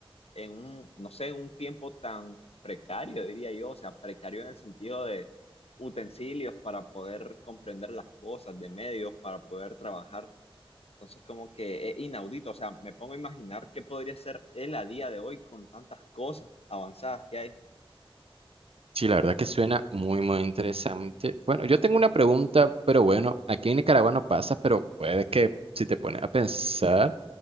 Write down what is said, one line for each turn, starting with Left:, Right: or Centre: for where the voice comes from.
Left: en un, no sé, en un tiempo tan precario, diría yo, o sea, precario en el sentido de utensilios para poder comprender las cosas, de medios para poder trabajar. Entonces, como que es inaudito, o sea, me pongo a imaginar qué podría ser él a día de hoy con tantas cosas avanzadas que hay.
Right: Sí, la verdad que suena muy, muy interesante. Bueno, yo tengo una pregunta, pero bueno, aquí en Nicaragua no pasa, pero puede que si te pones a pensar,